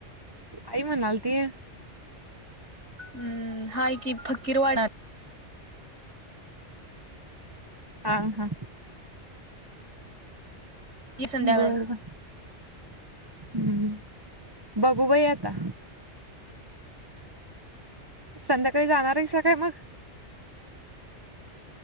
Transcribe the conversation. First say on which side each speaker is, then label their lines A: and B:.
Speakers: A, on the right (about 20°); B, on the right (about 80°).
A: आई मनालती.
B: हम्. हाय कि फकीरवाडा.
A: हा हा.
B: की संध्याकाळी
A: बर बर. हम्. बघू बाय आता. संध्याकाळी जाणार आहे सा काय मग?